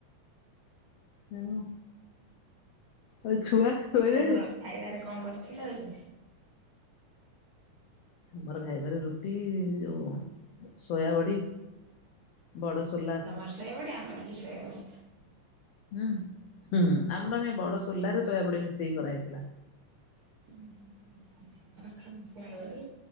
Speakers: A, on the left (about 80°); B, on the right (about 50°).
A: ତେଣୁ ଆଉ ଛୁଆ ଶୋଇିଲେଣି?
B: ତମର ଖାଇବାରେ କଣ କରିଥିଲ ଆଜି?
A: ଆମର ଖାଇବାରେ ରୁଟି ଯେଉଁ ସୋୟାବଡ଼ି ବଡ଼ସୋଲା
B: ତମର ସୋୟାବଡ଼ି ଆମରବି ସୋୟବଡ଼ି।
A: ହୁଁ ହୁ ହୁ ଆମର ବଡ଼ ସୋଲାରେ ଶୋୟବଡ଼ି ମିଶେଇକି କରାହେଇଥିଲା।
B: ସୋୟାବଡ଼ି